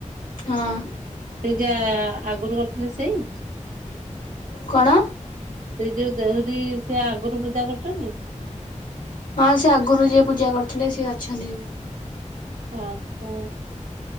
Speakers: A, on the left (about 85°); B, on the right (about 85°).
A: ହଁ।
B: ଆଜ୍ଞା ଆଗରୁ କରିଥିଲେ ସେଇ
A: କଣ?
B: ସେ ଯୋଉ ଦେହୁରୀ ସେ ଆଗରୁ ପୂଜା କରୁଛନ୍ତି।
A: ହଁ ସେ ଆଗରୁ ଯିଏ ପୂଜା କରୁଥିଲେ ସେ ଅଛନ୍ତି।
B: ହଁ ହଁ।